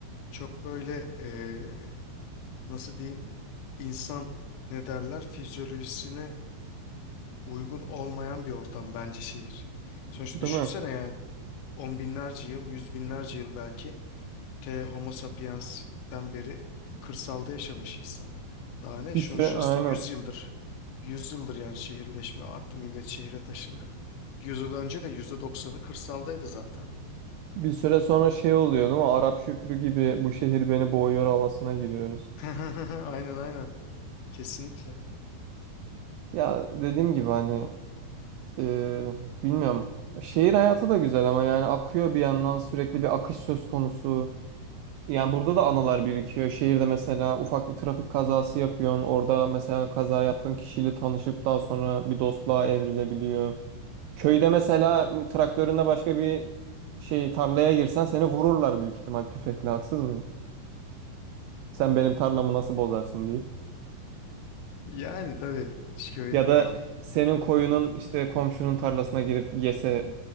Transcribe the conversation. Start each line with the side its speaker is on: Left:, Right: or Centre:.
Left: çok böyle eee, nasıl diyeyim insan ne derler fizyolojisine uygun olmayan bir ortam bence şehir. Sonuçta
Right: Değil
Left: düşünsene
Right: mi?
Left: yani on binlerce yıl, yüz binlerce yıl belki te Homo sapiens'ten beri kırsalda yaşamış insan. Daha ne?
Right: Bir
Left: Şunun
Right: süre
Left: şurası
Right: aynen.
Left: da yüz yıldır. yüz yıldır yani şehirleşme arttı millet şehre taşındı. 100 yıl önce de yüzde doksanı kırsaldaydı zaten.
Right: Bir süre sonra şey oluyor değil mi? Arap Şükrü gibi bu şehir beni boğuyor havasına giriyoruz.
Left: <laughs> Aynen aynen. Kesinlikle.
Right: Ya dediğim gibi hani e, bilmiyorum. Şehir hayatı da güzel ama yani akıyor bir yandan sürekli bir akış söz konusu. Yani burada da anılar birikiyor. Şehirde mesela ufak bir trafik kazası yapıyorsun. Orada mesela kaza yaptığın kişiyle tanışıp daha sonra bir dostluğa evrilebiliyor. Köyde mesela e, traktörünle başka bir şey tarlaya girsen seni vururlar büyük ihtimal tüfekle haksız mı? Sen benim tarlamı nasıl bozarsın diye.
Left: Yani tabii iş köyüne
Right: Ya da
Left: bağlı.
Right: senin koyunun işte komşunun tarlasına girip yese